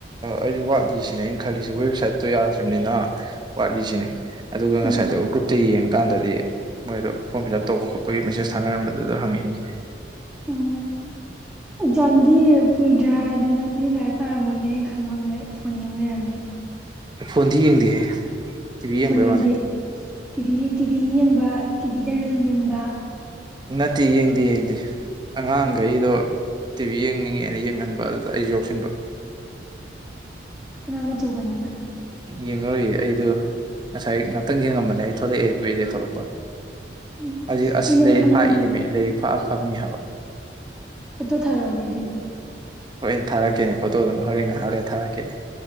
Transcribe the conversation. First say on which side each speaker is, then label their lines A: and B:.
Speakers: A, on the right (about 25°); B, in the centre.
A: ꯑꯩꯗꯤ ꯋꯥꯠꯂꯤꯁꯤꯅꯦ ꯑꯩꯅ ꯈꯜꯂꯤꯁꯦ ꯋꯦꯕꯁꯥꯏꯠ ꯋꯥꯠꯇꯣ ꯌꯥꯗ꯭ꯔꯤꯕꯅꯤꯅ ꯋꯥꯠꯂꯤꯁꯤꯅꯤ ꯑꯗꯨꯒ ꯉꯁꯥꯏꯗꯣ
B: ꯎꯝ
A: ꯒ꯭ꯔꯨꯞꯇ ꯌꯦꯡꯉ ꯀꯥꯟꯗꯗꯤ ꯃꯣꯏꯗꯣ ꯐꯣꯝ ꯐꯤꯜ ꯑꯞ ꯇꯧꯕ ꯈꯣꯠꯄꯒꯤ ꯃꯦꯁꯦꯁ ꯊꯥꯅꯔꯝꯕꯗꯨꯗꯣ ꯍꯪꯉꯛꯏꯅꯦ
B: ꯎꯝ ꯑꯦꯛꯖꯥꯝꯗꯤ ꯀꯨꯏꯗ꯭ꯔꯦ ꯍꯥꯏ ꯑꯗꯣ ꯅꯪꯗꯤ ꯂꯥꯏꯔꯤꯛ ꯄꯥꯔꯝꯃꯣꯏꯅꯦ ꯑꯩꯅ ꯈꯪꯕꯝ ꯂꯩ ꯐꯣꯟ ꯌꯦꯡ ꯂꯩꯔꯝꯅꯤ
A: ꯐꯣꯟꯗꯤ ꯌꯦꯡꯗꯦꯍꯦ ꯇꯤꯚꯤ ꯌꯦꯡꯕꯩ
B: ꯐꯣꯟ ꯌꯦꯡꯗꯦ
A: ꯋꯥꯅꯤ
B: ꯇꯤꯚꯤ ꯇꯤꯚꯤ ꯌꯦꯡꯕ ꯇꯤꯚꯤꯗ ꯔꯤꯜ ꯌꯦꯡꯕ
A: ꯅꯠꯇꯦ ꯌꯦꯡꯗꯦ ꯌꯦꯡꯗꯦ ꯑꯉꯥꯡꯈꯩꯗꯣ
B: ꯎꯝ
A: ꯇꯤꯚꯤ ꯌꯦꯡꯅꯤꯡꯉꯦꯅ ꯌꯦꯡꯍꯟꯕ ꯑꯗꯨꯗ ꯑꯩꯁꯨ ꯌꯥꯎꯁꯟꯕ
B: ꯑꯉꯥꯡ ꯑꯆꯧꯕꯅꯤꯅ
A: ꯌꯦꯡꯉꯔꯨꯏ ꯑꯩꯗꯣ ꯉꯁꯥꯏ ꯉꯥꯛꯇꯪ ꯌꯦꯡꯉꯝꯕꯅꯦ ꯑꯩ ꯊꯣꯛꯂꯛꯑꯦ ꯀꯨꯏꯔꯦ ꯊꯣꯛꯂꯛꯄ
B: ꯎꯝ
A: ꯍꯧꯖꯤꯛ ꯑꯁ
B: ꯑꯩ ꯅꯪ
A: ꯂꯥꯏꯔꯤꯛ
B: ꯈꯪꯕ
A: ꯐꯥꯛ
B: ꯑꯃ ꯂꯩ
A: ꯏꯃꯦ ꯂꯥꯏꯔꯤꯛ ꯐꯥꯛꯑ ꯐꯝꯃꯤ ꯍꯥꯏꯕ
B: ꯐꯣꯠꯇꯣ ꯊꯥꯔꯛꯑꯣꯅꯦ ꯑꯗꯨꯗꯤ
A: ꯍꯣꯔꯦꯟ ꯊꯥꯔꯛꯀꯦꯅꯦ ꯐꯣꯇꯣꯗꯣ ꯍꯣꯔꯦꯟ ꯉꯍꯥꯛ ꯂꯩꯔꯒ ꯊꯥꯔꯛꯀꯦꯅꯦ